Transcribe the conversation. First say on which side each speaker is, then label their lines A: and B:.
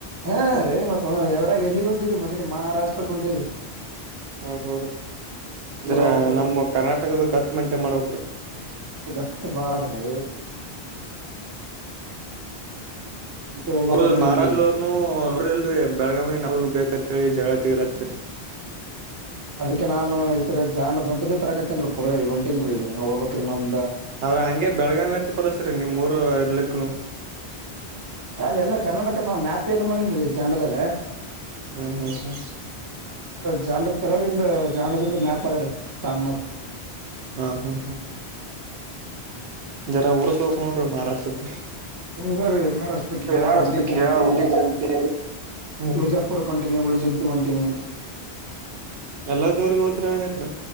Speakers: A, on the right; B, on the right.
A: ಹಾ ರೀ ಮತ್ತದರಾಗ ಎಲ್ಲಿಗೊಂಡಿರಿ ಮೊದ್ಲಿ ಮಹಾರಾಷ್ಟ್ರಕಂಟಿರಿ
B: ಹ ಹೌದ್ರೀ ಇದರ
A: ಹೋಗ್ಬೇಕ
B: ನಮ್ಮ ಕರ್ನಾಟಕದ ಗತ್ತು ಮೇಂಟೈನ್ ಮಾಡಕ್ ರೀ
A: ಗತ್ತು ಬಾಳದ್ರೆ ಹೋಗ್ಬೇಕಂದ್
B: ಅವರು
A: ಮಾಡೇನ್ರಿ
B: ಮಹಾರಾಷ್ಟ್ರದವ್ರನು
A: ಈಗ
B: ನೋಡ್ರಲ್ರಿ ಬೆಳಗಾವಿ ನಾವ ಬೇಕತಿ ಳಿ ಜಗಳತ್ತಲ್ಲತ್ತರ
A: ಅದಕ್ಕೆ ನಾನುಸ ಜಂಡ ದೊಡ್ಡದ ತರಗತನ್ ಪುರ ಹೊಂಟಿನ್ ಈಗ ಹೋಗಬಬೇಕಕ್ರಿ ನೊ್
B: ಆದದ್ರ ಹಂಗೆ ಬೆಳಗಾವಿ ಎತ್ ಬರಸ್ರೀ ನೀವು್ ಮೂರು ಇರ್ಲಿಕ್ಕನು
A: ಅಲ್ಲ ಎಲ್ಲಾ ಕರ್ನಾಟಕ ನಾವ್ ಮ್ಯಾಪ ಇದು ಮಾಡೇನ್ೀ ಚಂಡದಾಗ
B: ಹ್ಮ್ ಹ್ಮ್ ಹ್ಮ್
A: ಜಾಂಡದ್ ಕಲರ್ ಇಿಂದ ಜಾಂಡದಿಂದ ಮ್ಯಾಪ್ ಅದ್ರ ಸಣ್ಣ
B: ಹ್ಮ್ ಹ್ಮ್ ಹ್ಮ್ ಜರ, ಊರ್ಸ್ ಬೇಕು, ನೋಡ್ರಿ ಮಹಾರಾಷ್ಟ್ರ. <inaudible>
A: ಮ್ಮ್, ರಿ ಮಹಾರಾಷ್ಟ್ರಕ್ಕೆಇಗ,
B: ಮಹಾರಾಷ್ಟ್ರಕ್ಕೆ
A: ಉಲಿ ಜಂತಿ
B: ಯಾವ ಹುಲಿ ಜಯಂತಿ ಹ್ಮ್
A: ತುಳಜಾಪುರ, ಬಂಟಿ.. <inaudible> ಟ ಉಳ ಜಂತು ಒಂಟಿನ
B: ಎಲ್ಲ ದೇವ್ರಿಗೆ ಹೋದ್ರ ಹಂಗತ್್ಮ